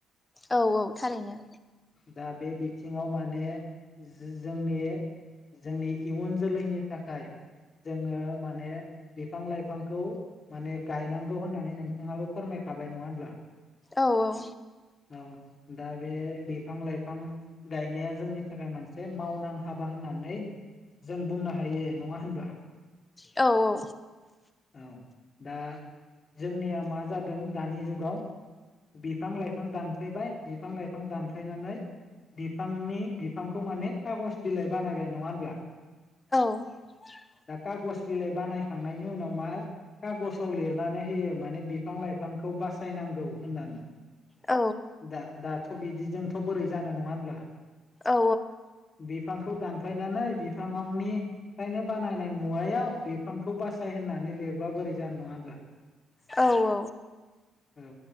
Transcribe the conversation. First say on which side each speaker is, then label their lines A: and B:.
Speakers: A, on the left; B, on the left.
A: औ औ थारैनो।
B: दा बे बिथिङाव माने जो-जोंनि, जोंनि इयुन जोलैनि थाखाय। जोङो माने बिफां लाइफांखौ माने गायनांगौ होननानै नोंथाङाबो फोरमाय खाबाय नङा होनब्ला?
A: औ औ
B: औ दा बे बिफां लाइफां गायनाया जोंनि थाखाय मोनसे मावनां हाबा होननानै जों बुंनो हायो नङा होनब्ला?
A: औ औ
B: औ दा जोंनिया मा जादों दानि जुगाव। बिफां लाइफां दानफायबाय बिफां लाइफां दानफायनानै बिफांनि बिफांखौ माने खागज बिलाइ बानायबाय नङा होमब्ला?
A: <unintelligible>
B: दा खागज बिलाइ बानायखांनायनि उनाव मा खागजाव लिरनानै होयो माने बिफां लाइफांखौ बासायनांगौ होननानै।
A: औ
B: दा दाथ' बिदिजोंथ' बोरै जानो नङा होमब्ला?
A: औ
B: बिफांखौ दानफायनानै बिफांनिफ्रायनो बानायनाय मुवायाव बिफांखौ बासाय होननानै लिरबा बोरै जानोनङा होनब्ला?
A: औ
B: औ